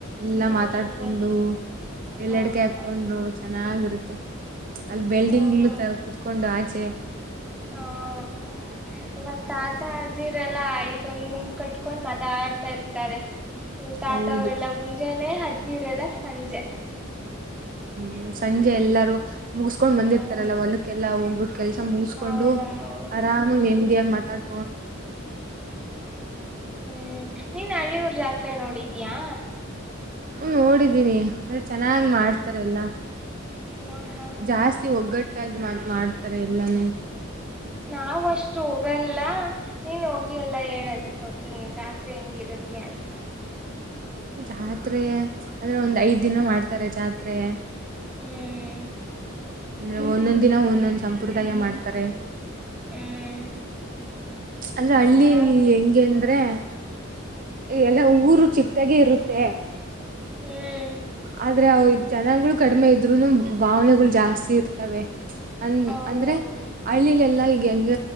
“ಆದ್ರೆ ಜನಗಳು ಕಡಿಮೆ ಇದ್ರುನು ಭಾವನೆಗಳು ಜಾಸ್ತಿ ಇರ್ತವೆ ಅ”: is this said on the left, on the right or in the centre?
Right